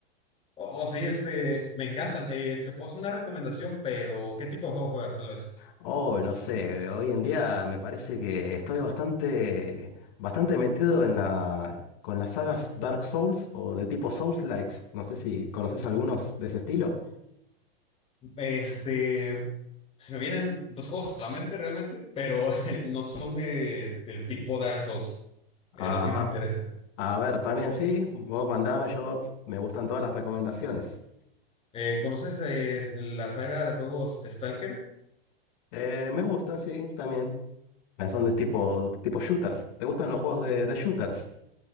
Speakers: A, on the left; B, on the left.
A: Oh, oh, sí, este, me encantan. Eh, te puedo hacer una recomendación, pero ¿qué tipo de juego juegas tal vez?
B: Oh, no sé, hoy en día me parece que estoy bastante, bastante metido en la, con las sagas Dark Souls o de tipo Souls-likes. No sé si conoces algunos de ese estilo.
A: Este, se me vienen dos juegos a la mente realmente, pero <laughs> no son eh, del tipo Dark Souls.
B: Ajá.
A: Eh, no sé si te interesa.
B: A ver, también sí, vos mandame, yo me gustan todas las recomendaciones.
A: Eh, ¿conoces eh, la saga de juegos Stalker?
B: Eh, me gustan, sí, también. Ah, Son de tipo, tipo shooters. ¿Te gustan los juegos de, de shooters?